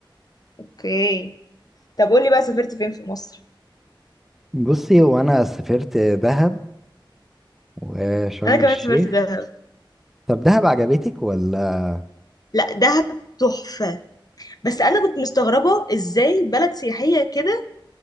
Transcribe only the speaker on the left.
اوكي طب قولي بقى سافرت فين في مصر
انا كمان
سافرت دهب
لا دهب تحفه بس انا كنت مستغربه ازاي بلد سياحيه كده